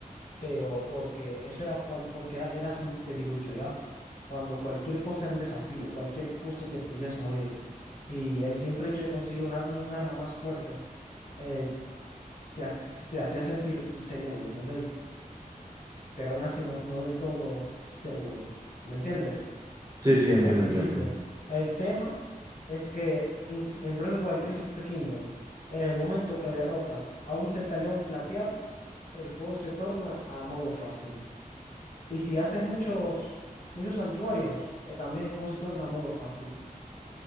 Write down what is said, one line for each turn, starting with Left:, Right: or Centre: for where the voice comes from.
Left: pero porque eso era cuan- porque era, eras un debilucho, ¿ya? Cuando cualquier cosa era un desafío, cualquier cosa te podías morir. Y el simple hecho de conseguir un, ar- un arma más fuerte eh, te, hac- te hacía sentir seguro, ¿entendéis? Pero aún así no, no del todo seguro, ¿me entiendes?
Right: Sí, sí, entiendo,
Left: Al principio.
Right: entiendo.
Left: El tema es que en, en Breath of the Wild, Tears of the Kingdom, en el momento que derrotas a un centaleón plateado, el juego se torna a modo fácil. Y si haces muchos, muchos santuarios, eh, también el juego se torna modo fácil.